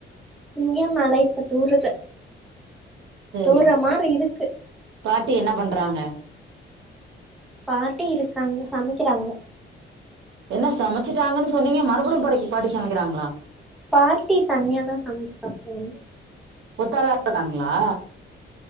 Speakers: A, in the centre; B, on the right (about 70°).
A: இங்க மழ இப்ப தூறுது
B: சேரி
A: தூர்ற மாரி இருக்கு
B: பாட்டி என்ன பண்றாங்க
A: பாட்டி இருக்காங்க சமைக்கிறாங்க
B: என்ன சமச்சிட்டாங்கனு சொன்னீங்க மறுபடியு படைக்கு பாட்டி சமைக்கிறாங்களா
A: பாட்டி தனியா தா சமச்சு சாப்டுவாங்க
B: ஒத்தாலா இருக்காங்ளா